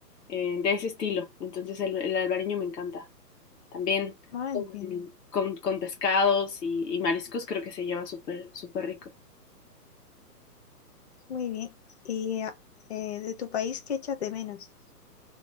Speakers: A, on the left (about 75°); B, on the left (about 40°).
A: eh, de ese estilo. Entonces el, el albariño me encanta. También
B: Ah,
A: con,
B: entiendo.
A: con- con pescados y, y mariscos creo que se lleva súper, súper rico.
B: Muy bien. ¿Y ah, eh, de tu país qué echas de menos?